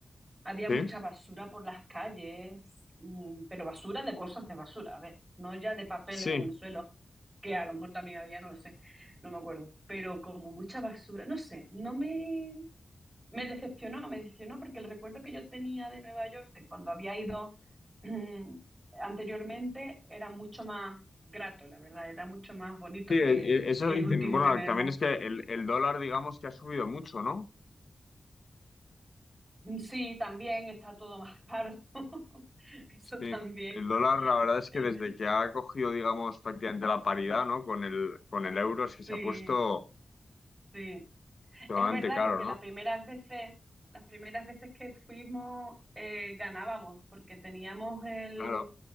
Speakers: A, on the right; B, on the left.
A: Había
B: sí.
A: mucha basura por las calles, mm, pero basura de bolsas de basura, a ver, no ya de papel
B: Sí,
A: en el suelo, que a lo mejor también había, no lo sé, no me acuerdo, pero como mucha basura, no sé, no me, me decepcionó, me decepcionó porque el recuerdo que yo tenía de Nueva York, de cuando había ido mm, anteriormente, era mucho más grato, la verdad, era mucho más bonito
B: sí, e-
A: que,
B: e- eso
A: que
B: dicen.
A: el último
B: Bueno,
A: que me
B: también
A: dejó.
B: es que el, el dólar, digamos que ha subido mucho, ¿no?
A: Mm, Sí, también está todo más caro. <laughs> Eso
B: Sí,
A: también.
B: el dólar, la verdad es
A: Eh,
B: que desde que ha cogido, digamos, prácticamente la paridad, ¿no? Con el, con el euro, es que
A: sí,
B: se ha puesto
A: sí.
B: totalmente
A: Es verdad,
B: caro,
A: porque
B: ¿no?
A: las primeras veces, las primeras veces que fuimos eh, ganábamos, porque teníamos el,
B: Claro,